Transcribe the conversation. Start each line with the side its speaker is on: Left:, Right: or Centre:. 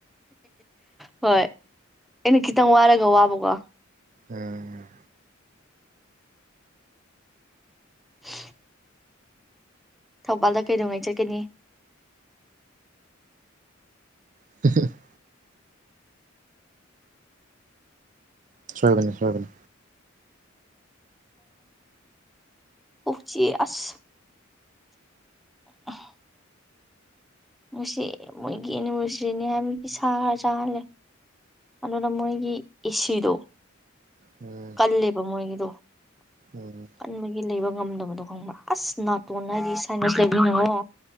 Centre: ꯍꯣꯏ ꯑꯩꯅ ꯈꯤꯇꯪ ꯋꯥꯔꯒ ꯋꯥꯕꯀꯣ
Right: ꯎꯝ
Centre: ꯎ <unintelligible> ꯊꯧꯕꯥꯜꯗ ꯀꯩꯗꯧꯉꯩ ꯆꯠꯀꯅꯤ
Right: ꯍ <unintelligible> ꯁꯣꯏꯕꯅꯤ ꯁꯣꯏꯕꯅꯤ
Centre: ꯎꯆ ꯑꯁ ꯑꯣ ꯉꯁꯤ ꯃꯣꯏꯒꯤ ꯑꯦꯅꯤꯚꯔꯁꯔꯤꯅꯤ ꯍꯥꯏꯕꯒꯤ ꯁꯥ ꯈꯔ ꯆꯥꯍꯜꯂꯦ ꯑꯗꯨꯅ ꯃꯣꯏꯒꯤ ꯑꯦꯁꯤꯗꯣ
Right: ꯎꯝ
Centre: ꯀꯜꯂꯦꯕ ꯃꯣꯏꯒꯤꯗꯣ
Right: ꯎꯝ
Centre: ꯀꯟꯕꯒꯤ ꯂꯩꯕ ꯉꯝꯗꯕꯗꯣ ꯈꯪꯕ꯭ꯔꯥ ꯑꯁ ꯅꯥꯇꯣꯟ ꯍꯥꯏꯗꯤ ꯁꯥꯏ ꯂꯩꯉꯣ